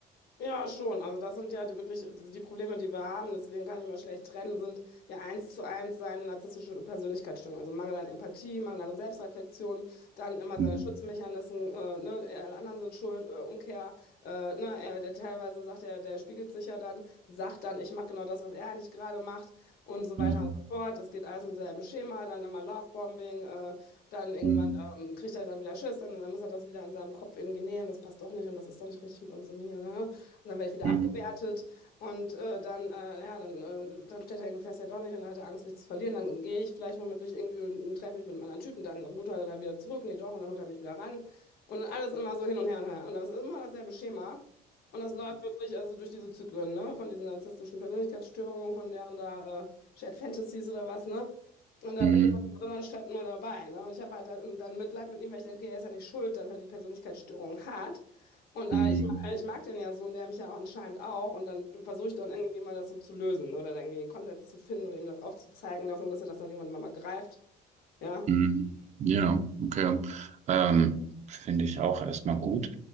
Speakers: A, on the left; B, on the right.
A: Ja, schon. Also das sind ja die- wirklich also, die Probleme, die wir haben. Deswegen kann ich mir schlecht trennen, sind ja eins zu eins seine narzisstische Persönlichkeitsstörung. Also Mangel an Empathie, Mangel an Selbstreflexion, dann immer
B: Mhm.
A: seine Schutzmechanismen, äh, ne, äh, alle anderen sind schuld, äh, Umkehr, äh, ne, er, der teilweise sagt er, der spiegelt sich ja dann, sagt dann, ich mache genau das, was er eigentlich gerade macht und so weiter
B: Mhm.
A: und so fort. Es geht alles im selben Schema, dann immer Lovebombing, äh, dann irgendwann
B: Mhm.
A: ähm, kriegt er dann wieder Schiss, dann, dann muss er das wieder in seinem Kopf irgendwie nehmen, das passt doch nicht und das ist doch nicht richtig mit uns und hier, ne? Und dann werde ich wieder
B: Mhm.
A: abgewertet und äh, dann, äh, ja, dann, äh, dann stellt er irgendwie fest, ja doch nicht und dann hat er Angst, mich zu verlieren. Dann gehe ich vielleicht womöglich irgendwie und, und treffe mich mit einem anderen Typen, dann holt er dann wieder zurück, nee doch, und dann holt er mich wieder ran. Und alles immer so hin und her und her. Und das ist immer dasselbe Schema. Und das läuft wirklich also durch diese Zyklen, ne? Von diesen narzisstischen Persönlichkeitsstörungen, von deren da äh, Shared Fantasies oder was, ne? Und da
B: Mhm.
A: bin ich drin anstatt nur dabei. Ne? Und ich habe halt dann, dann Mitleid mit ihm, weil ich denke, okay, er ist ja nicht schuld, dass er die Persönlichkeitsstörung hat. Und äh,
B: Mhm.
A: ich, ma- ich mag den ja so und der mich ja auch anscheinend auch. Und dann versuche ich dann irgendwie mal das so zu lösen ne? oder dann irgendwie einen Konsens zu finden oder ihm das aufzuzeigen, in der Hoffnung, dass er das dann irgendwann mal, mal greift. Ja.
B: Mhm. Ja, okay. Ähm, finde ich auch erstmal gut.